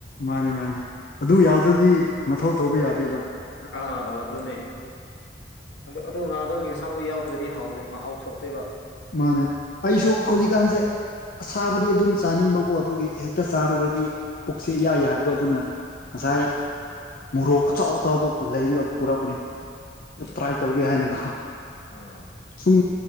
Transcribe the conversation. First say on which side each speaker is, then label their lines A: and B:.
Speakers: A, on the left; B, on the left.
A: ꯃꯥꯅꯦ ꯃꯥꯅꯦ ꯑꯗꯨ ꯌꯥꯎꯗ꯭ꯔꯗꯤ ꯃꯊꯧ ꯇꯧꯕ ꯌꯥꯗꯦꯕ
B: ꯑꯥ ꯑꯗꯨ ꯑꯗꯨꯅꯦ ꯑꯗꯨ ꯑꯗꯨ ꯉꯥꯗꯣ ꯌꯦꯟꯁꯥꯡꯗ ꯌꯥꯎꯗ꯭ꯔꯗꯤꯦ ꯃꯍꯥꯎ ꯊꯣꯛꯇꯦꯕ
A: ꯃꯥꯅꯦ ꯑꯩꯁꯨ ꯍꯧꯖꯤꯛꯀꯥꯟꯁꯦ ꯑꯁꯥꯕꯗꯤ ꯑꯗꯨꯝ ꯆꯥꯅꯤꯡꯕꯀꯣ ꯑꯗꯨꯒꯤ ꯍꯦꯛ ꯍꯛꯇ ꯆꯥꯔꯨꯔꯗꯤ ꯄꯨꯛꯁꯦ
B: ꯎꯝ
A: ꯌꯥ ꯌꯥꯗꯕ ꯑꯗꯨꯅ ꯉꯁꯥꯏ ꯃꯣꯔꯣꯛ ꯑꯆꯥꯎ ꯑꯆꯕ ꯂꯩꯔꯒ ꯄꯨꯔꯛꯄꯅꯤ
B: ꯎꯝ
A: ꯇ꯭ꯔꯥꯏ ꯇꯧꯒꯦ ꯍꯥꯏꯅꯒ
B: ꯑꯥ
A: ꯁꯨꯝ